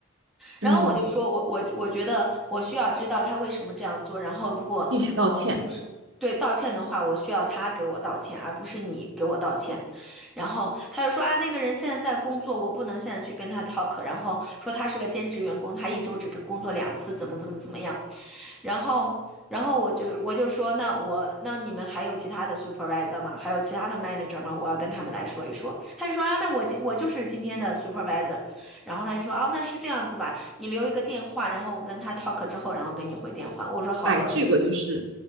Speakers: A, in the centre; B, on the right.
A: 然后我就说我我我觉得我需要知道他为什么这样做，
B: 嗯，
A: 然后如果呃就是对道歉的话，
B: 并且道歉。
A: 我需要他给我道歉，而不是你给我道歉。然后他就说啊，那个人现在在工作，我不能现在去跟他 talk。然后说他是个兼职员工，他一周只跟工作两次，怎么怎么怎么样。然后，然后我就我就说，那我那你们还有其他的 supervisor 吗？还有其他的 manager 吗？我要跟他们来说一说。他就说啊，那我今我就是今天的 supervisor。然后他就说，啊，那是这样子吧，你留一个电话，然后我跟他 talk 之后，然后给你回电话。我说好的，
B: 哎，这个就是